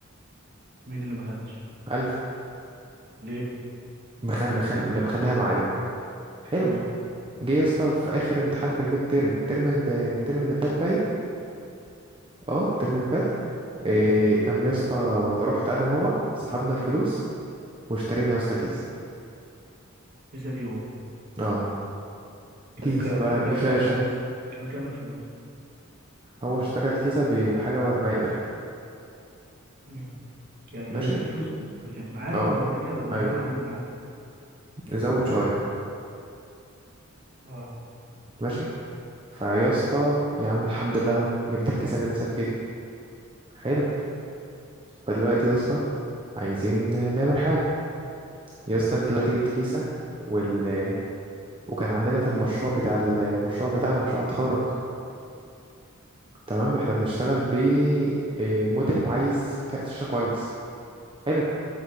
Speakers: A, on the right (about 45°); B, on the right (about 25°).
A: مين اللي ما خدش
B: ألف
A: ليه
B: مخ... مخ... اللي مخليها معايا حلو
A: امم
B: جه يا اسطى في آخر امتحان في الميد تيرم الترم اللي- الترم اللي فات باين اه الترم اللي فات إيه... قام يا اسطى رحت أنا وهو سحبنا الفلوس واشترينا يا اسطى كيسة
A: لسه ليه هو
B: اه
A: كان
B: كيسة
A: كام
B: بقى
A: كانوا كام
B: بشاشة
A: بقى الفلوس كانوا كام الفلوس
B: هو اشترى الكيسة بحاجة وأربعين ألف
A: امم يعني
B: ماشي
A: هي دي فلوسه اللي كانت معاه
B: اه
A: ولا دي كان ولا
B: أيوه
A: زود من معاه
B: نزود شوية
A: اه
B: ماشي فيا اسطى يا عم الحمد لله اهو جبت الكيسان اللي نفسك فيه حلو فدلوقتي يا اسطى عايزين نعمل حاجة يا اسطى انت دلوقتي جبت كيسة وال... وكان عندنا في المشروع بتاع المشروع بتاعنا مشروع التخرج تمام احنا بنشتغل ب إيه، موديل عايز كارت شاشة كويس حلو